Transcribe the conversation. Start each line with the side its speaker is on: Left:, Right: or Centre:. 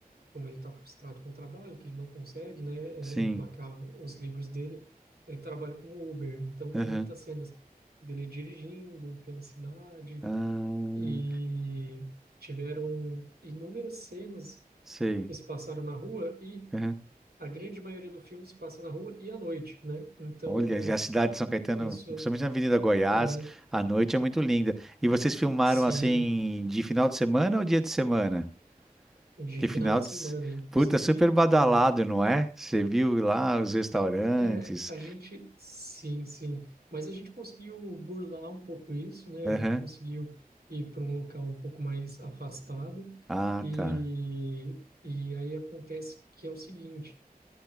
Right: como ele está frustrado com o trabalho, que ele não consegue, né, eh,
Centre: sim.
Right: emplacar os livros dele, ele trabalha como Uber. Então,
Centre: Aham.
Right: tem muitas cenas dele dirigindo pela cidade
Centre: Ah,
Right: e tiveram inúmeras cenas
Centre: sei.
Right: que se passaram na rua e
Centre: Aham.
Right: a grande maioria do filme se passa na rua e à noite, né? Então
Centre: Olha, e a cidade de São Caetano,
Right: Isso,
Centre: principalmente na Avenida Goiás,
Right: uhum,
Centre: à noite é muito linda. E vocês filmaram
Right: sim,
Centre: assim de final de semana ou dia de semana?
Right: de
Centre: Que
Right: final
Centre: final
Right: de
Centre: de.
Right: semana,
Centre: s-
Right: inclusive,
Centre: Puta, super badalado,
Right: hum,
Centre: não é? Você viu lá os restaurantes.
Right: é, a gente, sim, sim, mas a gente conseguiu burlar um pouco isso, né? A
Centre: Aham.
Right: gente conseguiu ir para um local um pouco mais afastado
Centre: Ah,
Right: e,
Centre: tá.
Right: e aí acontece que é o seguinte,